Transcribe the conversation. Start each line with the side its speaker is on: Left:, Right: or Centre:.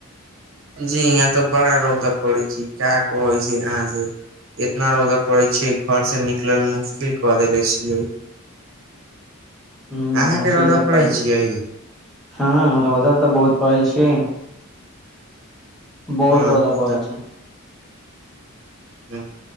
Right: जी यहाँ तऽ बड़ा रौदा पड़ै छय क्या कहै छै यहाँ से इतना रौदा पड़े छै घर से निकलैमे मुश्किल क देेले छै हं
Centre: ह
Right: अहाँके
Centre: मशीन
Right: रौडऽ
Centre: तक
Right: पड़ै
Centre: प दै
Right: छियै
Centre: छै हँ रौदा तऽ बहुत पड़ल छियइ बहुत
Right: हँ
Centre: र <unintelligible> जा
Right: ई
Centre: पल छै
Right: हं